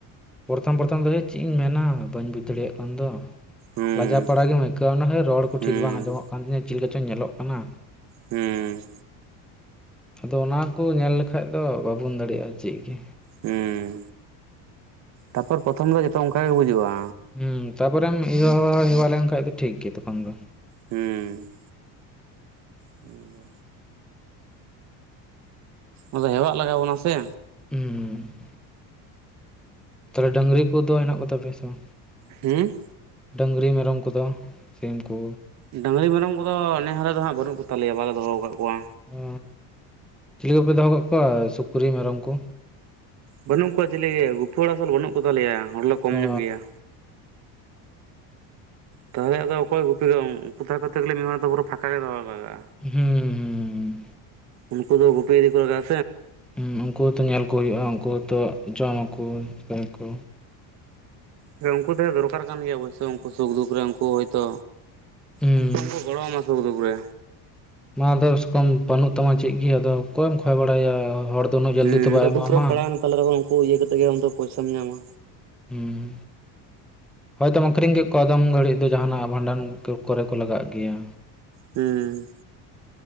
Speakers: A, in the centre; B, on the right.
A: ᱯᱚᱨᱛᱷᱚᱢ ᱯᱚᱨᱛᱷᱚᱢ ᱫᱚ ᱦᱳᱭᱳᱜ-ᱟ ᱪᱮᱫ ᱤᱧ ᱢᱮᱱᱟ ᱵᱟᱹᱧ ᱵᱩᱡᱽ ᱫᱟᱲᱮᱭᱟᱜ ᱠᱟᱱ ᱫᱚ᱾
B: ᱦᱩᱸ
A: ᱞᱟᱡᱟ ᱯᱟᱲᱟ ᱜᱮᱢ ᱟᱹᱭᱠᱟᱹᱣᱟ ᱚᱱᱟ ᱦᱮᱸ ᱨᱚᱲ ᱠᱚ
B: ᱦᱩᱸ
A: ᱴᱷᱤᱠ ᱵᱟᱝ ᱟᱸᱡᱚᱢᱚᱜ ᱠᱟᱱ ᱛᱤᱧᱟᱹ ᱪᱮᱫ ᱞᱮᱠᱟᱪᱚᱧ ᱧᱮᱞᱚᱜ ᱠᱟᱱᱟ᱾
B: ᱦᱮᱸ᱾
A: ᱟᱫᱚ ᱚᱱᱟ ᱠᱚ ᱧᱮᱞ ᱞᱮᱠᱷᱟᱡ ᱫᱚ ᱵᱟᱵᱚᱱ ᱫᱟᱲᱮᱭᱟᱜᱼᱟ ᱪᱮᱫ ᱜᱮ᱾
B: ᱦᱮᱸ, ᱛᱟᱯᱚᱨ ᱯᱚᱛᱷᱚᱢ ᱫᱚ ᱡᱚᱛᱚ ᱚᱱᱠᱟ ᱜᱮ ᱵᱩᱡᱩᱜᱼᱟ᱾
A: ᱦᱩᱸ ᱛᱟᱯᱚᱨᱮᱢ ᱤᱭᱟᱹ ᱦᱮᱣᱟ ᱦᱮᱣᱟ ᱞᱮᱱᱠᱷᱟᱡ ᱫᱚ ᱴᱷᱤᱠ ᱜᱮ ᱛᱚᱠᱷᱚᱱ ᱫᱚ᱾
B: ᱦᱩᱸ᱾ ᱱᱤᱭᱟᱹ ᱜᱮ᱾ ᱟᱫᱚ ᱦᱮᱣᱟᱜ ᱞᱟᱜᱟᱣ ᱵᱚᱱᱟ ᱥᱮ᱾
A: ᱦᱩᱸ᱾ ᱛᱟᱦᱞᱮ ᱰᱟᱹᱝᱨᱤ ᱠᱚᱫᱚ ᱦᱮᱱᱟᱜ ᱠᱚᱛᱟ ᱯᱮᱭᱟ ᱥᱮ ᱵᱟᱝ?
B: ᱦᱩᱸ?
A: ᱰᱟᱹᱝᱨᱤ ᱢᱮᱨᱚᱢ ᱠᱚᱫᱚ, ᱥᱤᱢ ᱠᱚ᱾
B: ᱵᱟᱝᱨᱤ ᱢᱮᱨᱚᱢ ᱠᱚᱫᱚ ᱱᱮ ᱦᱟᱞᱮ ᱫᱚ ᱦᱟᱸᱜ ᱵᱟᱹᱱᱩᱜ ᱠᱚ ᱛᱟᱞᱮᱭᱟ ᱵᱟᱞᱮ ᱫᱚᱦᱚ ᱟᱠᱟᱫ ᱠᱚᱣᱟ᱾
A: ᱚ ᱪᱤᱞᱤ ᱠᱚᱯᱮ ᱫᱚᱦᱚ ᱠᱟᱜ ᱠᱚᱣᱟ ᱥᱩᱠᱨᱤ ᱢᱮᱨᱚᱢ ᱠᱚ?
B: ᱵᱟᱹᱱᱩᱜ ᱠᱚᱣᱟ ᱪᱤᱞᱤ ᱜᱮ ᱜᱩᱯᱤ ᱦᱚᱲ ᱟᱥᱚᱞ ᱵᱟᱹᱱᱩᱜ ᱠᱚ ᱛᱟᱞᱮᱭᱟ ᱦᱚᱲ ᱞᱮ ᱠᱚᱢ
A: ᱚ
B: ᱧᱚᱜ ᱜᱮᱭᱟ᱾ ᱛᱟᱦᱚᱞᱮ ᱟᱫᱚ ᱚᱠᱚᱭ ᱜᱩᱯᱤ ᱫᱚ ᱩᱱᱠᱩ ᱛᱟᱦᱮᱸ ᱠᱚᱛᱮ ᱜᱮᱞᱮ ᱢᱤᱫ ᱦᱚᱲ ᱫᱚ ᱯᱩᱨᱟᱹ ᱯᱷᱟᱠᱟ ᱜᱮ ᱫᱚᱦᱚ ᱞᱟᱜᱟᱜᱼᱟ᱾
A: ᱦᱩᱸ᱾ ᱦᱩᱸ
B: ᱩᱱᱠᱩ ᱫᱚ ᱜᱩᱯᱤ ᱤᱫᱤ ᱠᱚ ᱞᱟᱜᱟ-ᱟ᱾
A: ᱩᱸᱜ ᱩᱱᱠᱩ ᱦᱚᱸ ᱛᱚ ᱧᱮᱞ ᱠᱚ ᱦᱩᱭᱩᱜᱼᱟ, ᱩᱱᱠᱩ ᱦᱚᱸ ᱛᱚ ᱡᱚᱢᱟ ᱠᱚ ᱪᱤᱠᱟᱹᱟ ᱠᱚ᱾
B: ᱦᱳᱭ ᱩᱱᱠᱩ ᱛᱟᱦᱮᱸ ᱚᱨᱠᱟᱨ ᱠᱟᱱ ᱜᱮᱭᱟ ᱚᱵᱚᱥᱥᱳ ᱩᱱᱠᱩ ᱥᱩᱠᱫᱩᱠ ᱨᱮ ᱩᱱᱠᱩ ᱦᱳᱭᱛᱚ
A: ᱦᱩᱸ
B: ᱩᱱᱠᱩ ᱦᱚᱸ ᱠᱚ ᱜᱚᱲᱚᱣᱟᱢᱟ ᱥᱩᱠᱷ ᱫᱩᱠᱷ ᱨᱮ᱾
A: ᱢᱟ ᱟᱫᱚᱥ ᱠᱚᱢ ᱵᱟᱹᱱᱩᱜ ᱛᱟᱢᱟ ᱪᱮᱫ ᱜᱮ ᱟᱫᱚ ᱚᱠᱚᱭᱮᱢ ᱠᱷᱚᱭ ᱵᱟᱲᱟᱭᱭᱟ ᱦᱚᱲ ᱫᱚ ᱩᱱᱟᱹᱜ ᱡᱚᱞᱫᱤ
B: ᱦᱮᱸ
A: ᱛᱚ ᱵᱟᱭ
B: ᱚᱱᱠᱟ
A: ᱮᱢᱟᱢᱟ
B: ᱫᱩᱠ ᱨᱮᱢ ᱯᱟᱲᱟᱣᱮᱱᱟ ᱛᱟᱦᱞᱮ ᱛᱚᱠᱷᱚᱱ ᱩᱱᱠᱩ ᱤᱭᱟᱹ ᱠᱟᱛᱮᱜ ᱜᱮ ᱟᱢ ᱫᱚ ᱯᱚᱭᱥᱟᱢ ᱧᱟᱢᱟ᱾
A: ᱦᱩᱸ ᱦᱩᱸ᱾ ᱦᱚᱳᱭᱛᱚᱢ ᱟᱹᱠᱷᱨᱤᱧ ᱠᱮᱫ ᱠᱚᱣᱟ ᱟᱫᱚᱢ ᱜᱷᱟᱹᱲᱤᱡ ᱫᱚ ᱡᱟᱦᱟᱱᱟᱜ ᱵᱷᱟᱸᱰᱟᱱ ᱠᱚᱨᱮ ᱠᱚ ᱞᱟᱜᱟᱜ ᱜᱮᱭᱟ᱾
B: ᱦᱮᱸ᱾